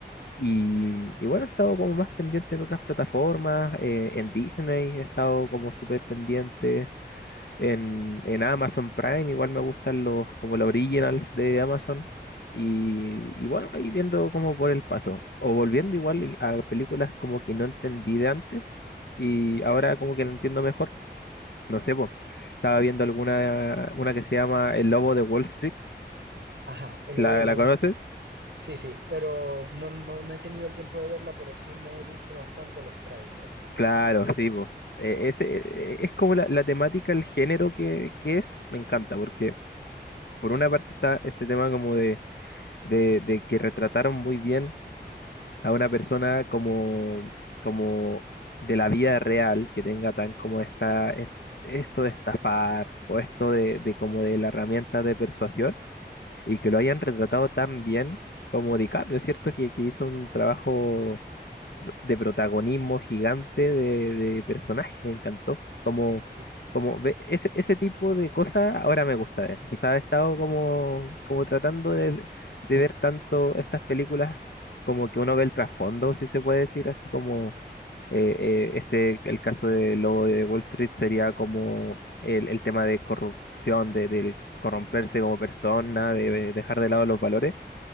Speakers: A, on the left (about 70°); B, on the right (about 85°).
A: Y, y bueno, he estado como más pendiente en otras plataformas, eh, en Disney he estado como súper pendiente, en, en Amazon Prime igual me gustan los como los originals de Amazon. Y, y bueno, ahí viendo como por el paso, o volviendo igual a películas como que no entendí de antes y ahora como que la entiendo mejor. No sé, po. Estaba viendo alguna, una que se llama El Lobo de Wall Street.
B: Ajá, el
A: ¿La,
B: lobo del Wall
A: la conoces?
B: Street. Sí, sí, pero no, no, no he tenido el tiempo de verla, pero sí me he visto bastante los trailers.
A: Claro,
B: Mm,
A: sí, po. Eh, ese, eh, es como la, la temática, el género que, que es, me encanta, porque por una parte está este tema como de, de, de que retrataron muy bien a una persona como, como de la vida real, que tenga tan como esta, es- esto de estafar o esto de, de como de la herramienta de persuasión. y que lo hayan retratado tan bien como DiCaprio, ¿cierto? Que, que hizo un trabajo de protagonismo gigante de, de personaje, me encantó. Como,
B: Sí,
A: como ve- ese, ese tipo de cosas ahora me gusta ver. O sea, he estado como, como tratando de, de ver tanto estas películas como que uno ve el trasfondo, si se puede decir, así como eh, eh, este, el caso de Lobo de Wall Street sería como el, el tema de corrupción, de, del corromperse como persona, de, de dejar de lado los valores.